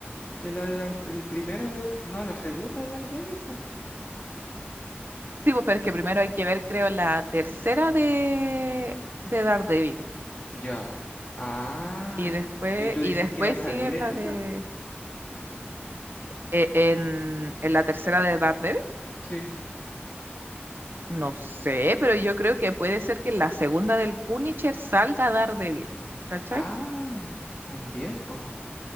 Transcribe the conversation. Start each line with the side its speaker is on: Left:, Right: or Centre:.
Left: en la de Dar- el primera de, no, la segunda de Daredevil, po.
Right: Sí, pues, pero es que primero hay que ver, creo, la tercera de, de Daredevil.
Left: Ya. Ah,
Right: Y después,
Left: ¿y tú decís
Right: y después
Left: que va a salir
Right: sigue la
Left: en esa?
Right: de e- en, en la tercera de Daredevil.
Left: Sí.
Right: No sé, pero yo creo que puede ser que en la segunda del Punisher salga Daredevil, ¿cachai?
Left: Ah, también, po.